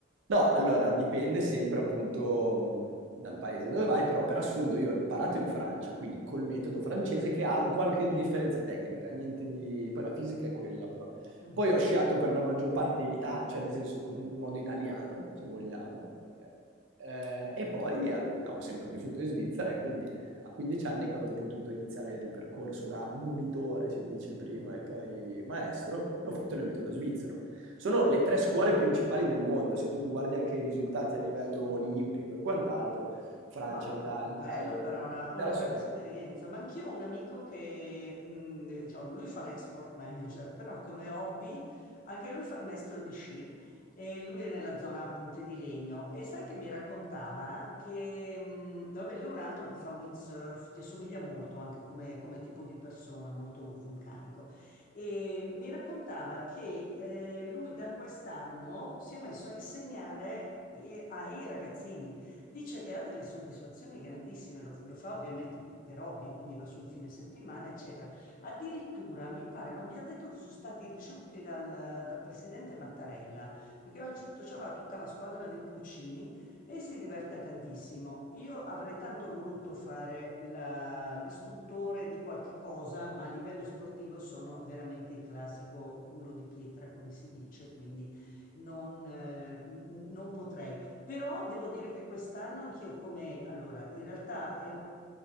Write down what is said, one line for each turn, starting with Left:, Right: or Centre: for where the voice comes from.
Right: no, allora dipende sempre appunto mh, dal paese dove vai, però per assurdo io ho imparato in Francia, quindi col metodo francese che ha
Left: <clears throat>
Right: qualche differenza tecnica, niente di... poi la fisica è quella però.
Left: Mhm,
Right: Poi ho sciato per la maggior parte in Italia, cioè nel senso in modo italiano, se vogliamo, ok? Eh, e poi a- ho sempre vissuto in Svizzera e quindi a 15 anni, quando ho potuto iniziare il percorso da monitore, si dice
Left: mhm,
Right: prima, e
Left: mhm.
Right: poi maestro, l'ho fatto nel metodo svizzero. Sono le tre
Left: Ah,
Right: scuole principali del mondo, se tu guardi anche i risultati a livello
Left: sì.
Right: olimpico e quant'altro, Francia,
Left: Ma
Right: Italia
Left: bello
Right: e
Left: però, una,
Right: Inghilterra
Left: una bella
Right: sono...
Left: esperienza. Ma anch'io ho un amico che, mh, diciamo, lui fa l'export manager, però come hobby anche lui fa il maestro di sci e lui è nella zona Ponte di Legno. E sai che mi raccontava che, mh, vabbè, lui è un altro che fa windsurf, ti assomiglia molto anche come, come tipo di persona, molto vulcanico. E mi raccontava che eh, lui da quest'anno si è messo a insegnare eh, ai ragazzini Dice che ha delle soddisfazioni grandissime, lo, lo fa ovviamente per, per hobby, quindi va sul fine settimana, eccetera. Addirittura mi pare, ma abbia detto che sono stati ricevuti dal, dal presidente Mattarella, perché aveva tutto- c'aveva tutta la squadra dei Pulcini e si diverte tantissimo. Io avrei tanto voluto fare la- l'istruttore di qualche cosa, ma a livello sportivo sono veramente il classico culo di pietra, come si dice, quindi non, eh, n- n- non potrei. Però devo dire che quest'anno anch'io come, allora, in realtà è, un-